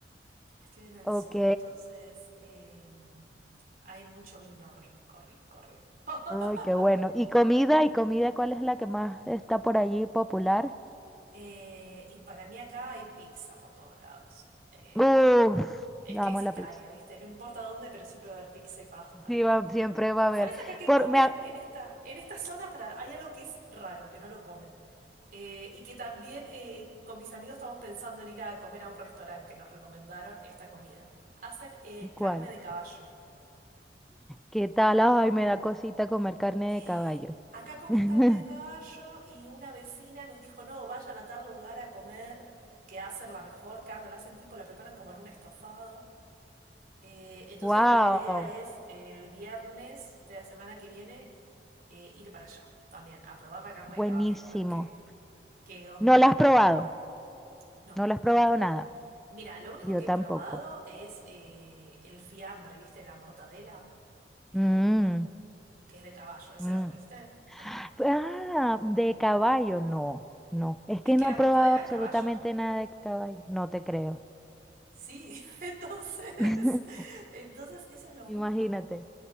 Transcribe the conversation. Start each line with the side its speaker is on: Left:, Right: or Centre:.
Right: Estoy en el
Centre: Ok.
Right: sur, entonces em, hay mucho vino rico, rico, rico. <laughs>
Centre: Ay, qué bueno. ¿Y comida? ¿Y comida cuál es la que más está por allí popular?
Right: Eh, y para mí acá hay pizza por todos lados. Eh,
Centre: Uf,
Right: es
Centre: amo
Right: que es
Centre: la
Right: Italia,
Centre: pizza.
Right: ¿viste? No importa dónde, pero siempre va a haber pizza y pasta.
Centre: Sí, va-
Right: Eh,
Centre: siempre va a haber.
Right: ¿sabes acá qué
Centre: Por,
Right: comen
Centre: me, ha-
Right: en esta, en esta zona? Para, hay algo que es raro, que no lo comen. Eh, y que también eh, con mis amigos estamos pensando en ir a comer a un restaurante que nos recomendaron esta comida. Hacen eh, carne
Centre: ¿cuál?
Right: de caballo.
Centre: ¿Qué tal? Ay, me da cosita comer carne
Right: Eh,
Centre: de caballo.
Right: acá comen
Centre: <laughs>
Right: carne de caballo y una vecina nos dijo, no, vayan a tal lugar a comer, que hacen la mejor carne, la hacen tipo, la preparan como en un estofado. Eh, entonces
Centre: Wow,
Right: la idea es eh, el viernes de la semana que viene eh, ir para allá también, a probar la carne
Centre: buenísimo.
Right: de caballo, a ver qué, qué onda.
Centre: No la has probado,
Right: No,
Centre: no la
Right: nunca
Centre: has probado
Right: la probé.
Centre: nada.
Right: Mira, lo único
Centre: Yo
Right: que
Centre: tampoco.
Right: he probado es eh, el fiambre, ¿viste? La mortadela, es
Centre: Mm,
Right: lo único, que es de caballo. ¿Ese
Centre: mm.
Right: lo comiste o no?
Centre: Ah, de caballo, no, no. Es
Right: Es
Centre: que
Right: que
Centre: no
Right: la
Centre: he
Right: mortadela
Centre: probado absolutamente
Right: es caballo.
Centre: nada de caballo. No te creo.
Right: Sí, <laughs> entonces,
Centre: <laughs>
Right: entonces eso es lo único.
Centre: Imagínate,